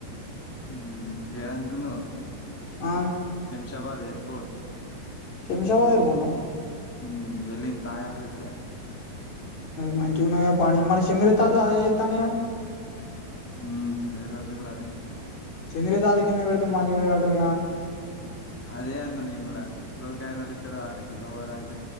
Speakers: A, in the centre; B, on the left (about 45°).
A: హ ఏ అనుకును
B: ఆ
A: షాబాద్ ఎయిర్పోర్ట్
B: సింషవద బోట
A: ఉ వెళ్ళింగ్ తాయద విట్టే
B: మంచూ పాని అ మరి చింద్రిత అదతానే
A: మ్ చంద్ర తాతది కూడా అదే
B: చెంద సాధికన్న ఇడు మాంచి మడి రాడున్నా
A: అదే అన్న ని కూడా రోజ్ గారిినళ ఇత్తాడు ఆాల కింద రాంట